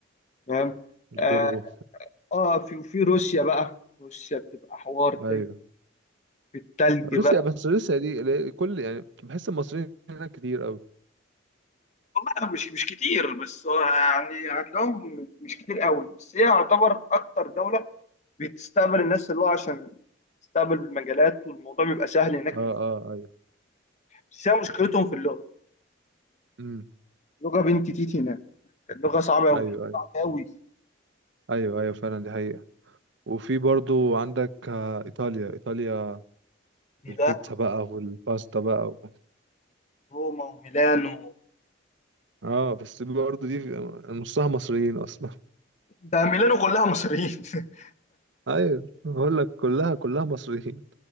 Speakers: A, on the left; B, on the right.
A: تمام
B: الكونغو
A: آه، اه في وفي روسيا بقى روسيا بتبقى حوار تاني
B: ايوه
A: في التلج
B: روسيا
A: بقى
B: بس روسيا دي لا- كل يعني بحس المصريين هناك كتير قوي
A: والله مش مش كتير بس هو يعني هتلاقيهم مش كتير قوي بس هي يعتبر اكتر دولة بتستقبل الناس اللي هو عشان تستقبل بالمجالات والموضوع بيبقى سهل هناك في
B: اه
A: الفهم.
B: اه ايوه
A: بس هي مشكلتهم في اللغة
B: امم
A: اللغة بنت تيتي هناك اللغة صعبة قوي
B: ايوه ايوه
A: صعبة قوي
B: ايوه ايوه فعلا دي حقيقة وفي برضو عندك آه، ايطاليا ايطاليا
A: ميلانو
B: البيتزا بقى والباستا بقى و...
A: روما وميلانو
B: اه بس برضو دي نصها مصريين اصلا
A: ده ميلانو كلها مصريين <laughs>
B: <laughs> ايوه بقول لك كلها كلها مصريين